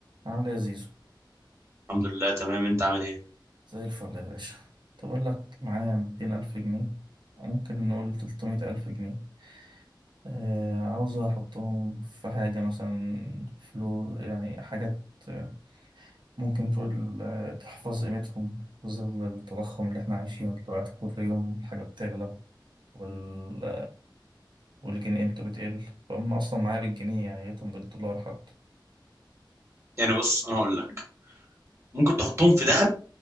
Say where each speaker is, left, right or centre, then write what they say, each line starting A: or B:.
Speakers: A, on the right; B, on the right.
A: عامل ايه يا زيزو
B: الحمد لله تمام انت عامل ايه
A: زي الفل يا باشا تقول لك معايا ميتين ألف جنيه ممكن نقول تلتمية ألف جنيه آه عاوز أحطهم في حاجة مثلا فلوس يعني حاجات آه، ممكن تقول آه، تحفظ قيمتهم في ظل التضخم اللي احنا عايشينه دلوقتي كل يوم الحاجة بتغلى وال... والجنيه قيمته بتقل فهم أصلا معايا بالجنيه يعني قيمتهم بالدولار حتى
B: يعني بص انا اقول لك ممكن تحطهم في دهب